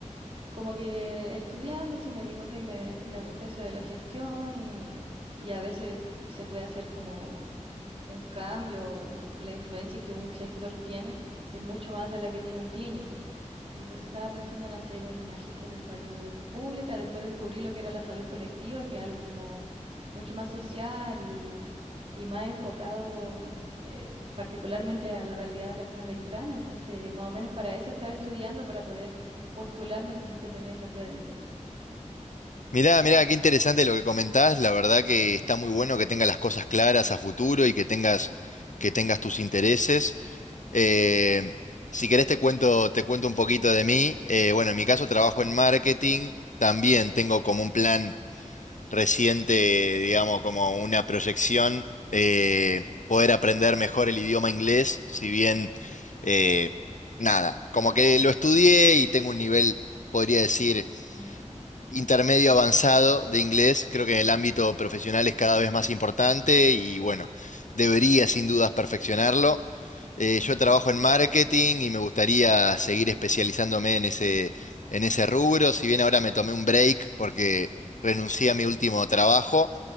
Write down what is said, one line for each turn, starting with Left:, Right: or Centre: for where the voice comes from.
Right: como que estudiando sí me di cuenta que me, me gusta eso de la gestión y, y a veces se puede hacer como un cambio, o la influencia que un gestor tiene es mucho más de la que tiene un clínico. Entonces estaba pensando en hacer un magíster en salud pública, después descubrí lo que era la salud colectiva, que es algo como mucho más social y, y más enfocado mm, eh, particularmente a la realidad latinoamericana. Entonces, más o menos para eso estaba estudiando, para poder postular necesito tener esa prueba de inglés.
Left: Mirá, mirá, qué interesante lo que comentás, la verdad que está muy bueno que tengas las cosas claras a futuro y que tengas, que tengas tus intereses. Eh, si querés te cuento, te cuento un poquito de mí. Eh, bueno, en mi caso trabajo en marketing, también tengo como un plan reciente, digamos, como una proyección, eh, poder aprender mejor el idioma inglés, si bien, eh, nada, como que lo estudié y tengo un nivel, podría decir,
Right: Ujú,
Left: intermedio avanzado de inglés, creo que en el ámbito profesional es cada vez más importante y bueno, debería sin dudas perfeccionarlo. Eh, yo trabajo en marketing y me gustaría seguir especializándome en ese, en ese rubro, si bien ahora me tomé un break porque renuncié a mi último trabajo.